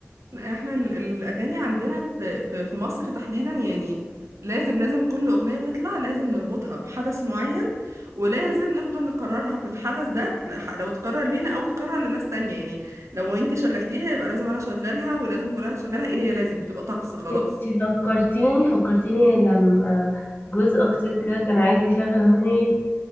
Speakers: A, on the right; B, on the left.
A: احنا ال- الاغاني عندنا في في في مصر تحديدا يعني لازم لازم كل اغنيه تطلع لازم نربطها بحدث معين ولازم نفضل نكررها في الحدث ده لح- لو تكرر لينا او تكرر لناس تانية يعني لو انتي شغلتيها يبقى لازم انا اشغلها ولازم فلان تشغلها ايه هي لازم بتبقى طقس خلاص
B: انت فكرتيني فكرتيني لما جوز اختي كده كان عايز يشغل اغنيه